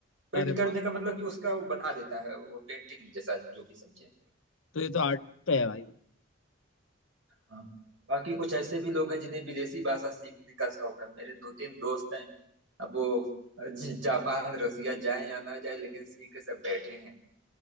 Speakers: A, on the right; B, on the left.
A: पेंट
B: अरे
A: करने
B: वाह
A: का मतलब कि उसका वो बना देता है वो पेंटिंग जैसा जो भी समझे
B: तो ये तो आर्ट पे है भाई
A: हाँ बाकी कुछ ऐसे भी लोग हैं जिन्हें विदेशी भाषा सीखने का शौक है मेरे दो तीन दोस्त हैं अब वो ज- जापान रसिया जाए या ना जाए लेकिन सीख के सब बैठे हैं